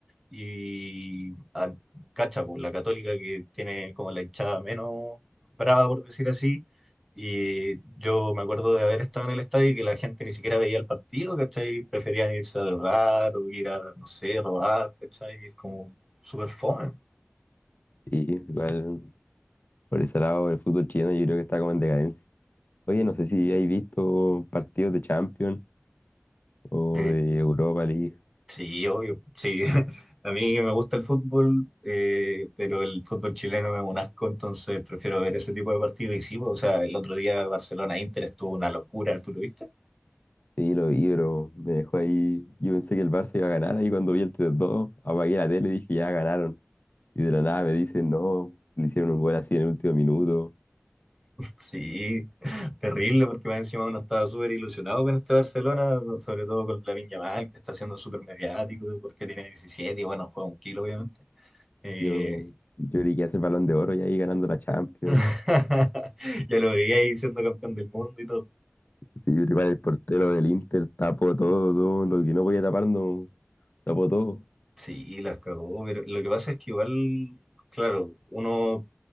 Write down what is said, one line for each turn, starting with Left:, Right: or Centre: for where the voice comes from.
Centre: y ah, cacha, pues, la Católica que tiene como la hinchada menos brava, por decir así. Y yo me acuerdo de haber estado en el estadio y que la gente ni siquiera veía el partido, ¿cachai? Preferían irse a drogar o ir a, no sé, robar, ¿cachai? Es como súper fome.
Left: Y igual por ese lado el fútbol chileno yo creo que está como en decadencia. Oye, no sé si hay visto partidos de Champions o
Centre: Eh,
Left: de Europa League.
Centre: sí, obvio, sí. <laughs> A mí me gusta el fútbol, eh, pero el fútbol chileno es un asco, entonces prefiero ver ese tipo de partidos. Y sí, pues, o sea, el otro día Barcelona-Inter estuvo una locura, ¿tú lo viste?
Left: Sí, lo vi, pero me dejó ahí. Yo pensé que el Barça iba a ganar ahí cuando vi el 3-2, apagué la tele y dije, ya ganaron. Y de la nada me dicen, no, le hicieron un gol así en el último minuto.
Centre: Sí, <laughs> terrible, porque más encima uno estaba súper ilusionado con este Barcelona, sobre todo con Lamine Yamal, que está siendo súper mediático, porque tiene 17 y bueno, juega un kilo, obviamente. Eh,
Left: Yo, yo
Centre: y-
Left: creí que hace el Balón de Oro y ahí ganando la Champions.
Centre: <laughs> ya lo veía ahí siendo campeón del mundo y todo.
Left: Sí, pero igual el portero del Inter tapó todo, todo lo que no podía tapar, no tapó todo.
Centre: Sí, las cagó, pero lo que pasa es que igual, claro, uno